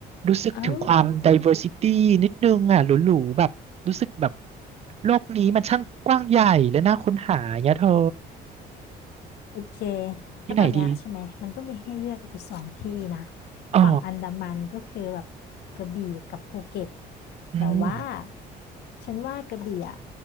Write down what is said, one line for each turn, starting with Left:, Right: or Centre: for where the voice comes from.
Right: รู้สึกถึงความ
Left: เอ้า
Right: diversity นิดนึงอ่ะหรูๆแบบรู้สึกแบบโลกนี้มันช่างกว้างใหญ่และน่าค้นหาอย่างเงี้ยเธอ
Left: โอเค
Right: ที่ไหนดี
Left: งั้นตอนเนี้ยใช่ไหมมันก็มีให้เลือกอยู่สองที่นะ
Right: อ๋อ
Left: ฝั่งอันดามันก็คือแบบกระบี่กับภูเก็ต
Right: อืม
Left: แต่ว่าฉันว่ากระบี่อ่ะ